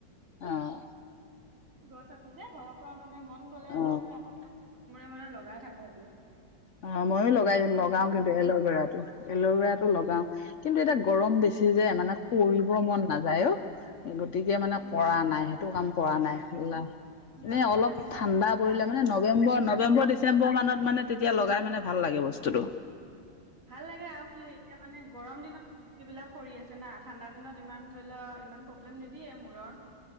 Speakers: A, on the left (about 55°); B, on the right (about 40°).
A: অহঁ।
B: গছ আছে যে ঘৰৰ পৰা মানে মন গ'লে
A: অ
B: মানে এসপ্তাহ মৰে মানে লগাই থাকো এইটো।
A: অহ, মইয়ো লগাই লগাও কিন্তু এল'ভেৰাটো এল'ভেৰাটো লগাও কিন্তু এতিয়া গৰম বেছি। ই যে, মানে কৰিব মন নাযায়ও গতিকে মানে
B: উম
A: কৰা নাই সেই। টো কাম কৰা নাই।
B: মূৰত
A: এনে
B: থাকিলে
A: অলপ
B: বিচাৰি
A: ঠাণ্ডা পৰিলে মানে নৱেম্বৰ নৱেম্বৰ ডিচেম্বৰ মানত মানে তেতিয়া লগাই মানে ভাল লাগে বস্তুতটো।
B: ভাল লাগে আৰু কি এতিয়া মানে গৰম দিনত বিলাক সৰি আছে না ঠাণ্ডা দিনত ইমান ধৰি লোৱা ইমান প্ৰব্লেম নিদিয়ে মূৰৰ।